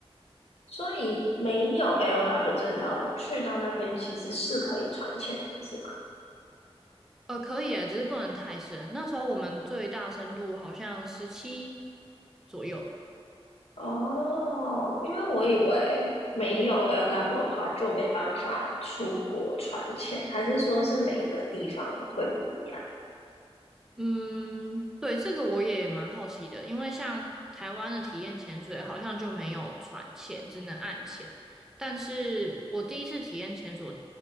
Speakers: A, on the left; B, in the centre.
A: 所以没有 L o w 证照，去到那边其实是可以传钱的，是吗？
B: 呃，可以耶，只是不能太深。那时候我们最大深度好像十七左右。
A: 哦，因为我以为没有 L O w 的话就没办法出国传钱，还是说是每一个地方会不一样？
B: 嗯，对，这个我也蛮好奇的，因为像台湾的体验潜水好像就没有船潜，只能岸潜。但是我第一次体验潜水，